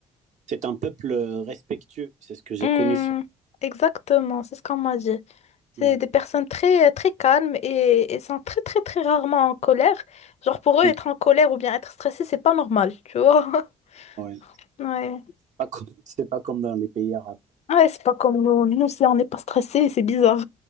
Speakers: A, on the right (about 50°); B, on the left (about 45°).
A: C'est un peuple respectueux, c'est ce que j'ai
B: Hmm,
A: connu sur.
B: exactement, c'est ce qu'on m'a dit. C'est
A: Ouais.
B: des personnes très très calmes et, et sont très très très rarement en colère. Genre pour eux,
A: Mmh.
B: être en colère ou bien être stressé, c'est pas normal, tu vois. <laughs>
A: Ouais.
B: Ouais.
A: pas comme, <laughs> c'est pas comme dans les pays arabes.
B: Ouais, c'est pas comme nous. Nous, si on n'est pas stressé, c'est bizarre.